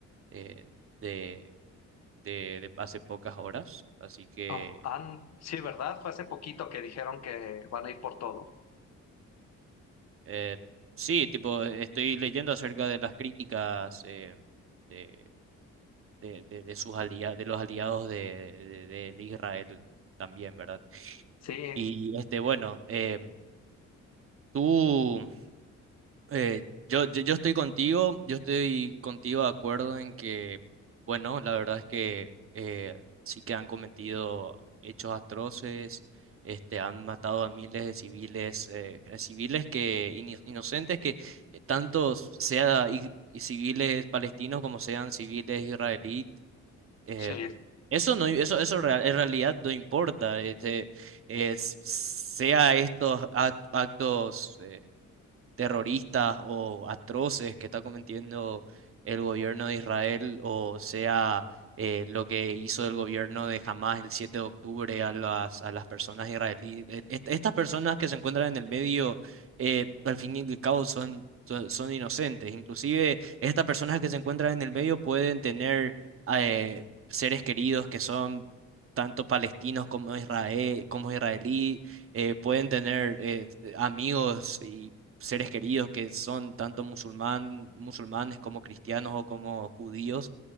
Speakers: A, on the right; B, on the left.
A: eh, de de, de hace pocas horas. Así que
B: Oh, han- sí, ¿verdad? Fue hace poquito que dijeron que van a ir por todo.
A: eh, sí, tipo, estoy leyendo acerca de las críticas eh, de, de, de- de sus alia- de los aliados de, de- de- de Israel también, ¿verdad?
B: Sí,
A: Y este, bueno, em, tú. Eh, yo, yo, yo estoy contigo, yo estoy contigo de acuerdo en que, bueno, la verdad es que eh, sí que han cometido hechos atroces, este, han matado a miles de civiles, eh, a civiles que ini- inocentes que eh, tanto sea y, y civiles palestinos como sean civiles israelíes, em,
B: sí.
A: eso no, eso, eso real- en realidad no importa, este, es- sea estos act- actos eh, terroristas o atroces que está cometiendo el gobierno de Israel, o sea, eh, lo que hizo el gobierno de Hamas el 7 de octubre a las, a las personas israelíes. E- est- Estas personas que se encuentran en el medio, eh, al fin y al cabo, son, son, son inocentes. Inclusive, estas personas que se encuentran en el medio pueden tener eh, seres queridos que son... tanto palestinos como israel, como israelí, eh, pueden tener eh, amigos y seres queridos que son tanto musulmán, musulmanes como cristianos o como judíos.